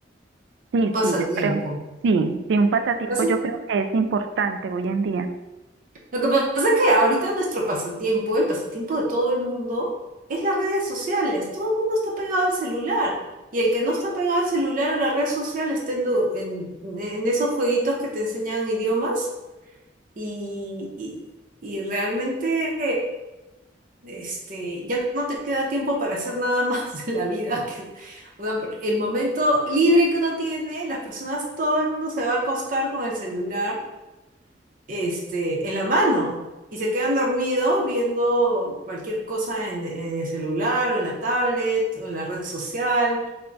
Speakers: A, on the right (about 70°); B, on the right (about 50°).
A: Sí,
B: un pasatiempo.
A: sí, yo creo. Sí, sí, un pasatiempo
B: Pasa-
A: yo creo que es importante hoy en día.
B: Lo que pasa es que ahorita nuestro pasatiempo, el pasatiempo de todo el mundo, es las redes sociales. Todo el mundo está pegado al celular. Y el que no está pegado al celular a la red social está en, du- en- en esos jueguitos que te enseñan idiomas y, y, y realmente este, ya no te queda tiempo para hacer nada <laughs> más de la vida. Que, o sea, por el momento libre que uno tiene, las personas, todo el mundo se va a acostar con el celular, este, en la mano y se quedan dormidos viendo cualquier cosa en, en el celular o en la tablet o en la red social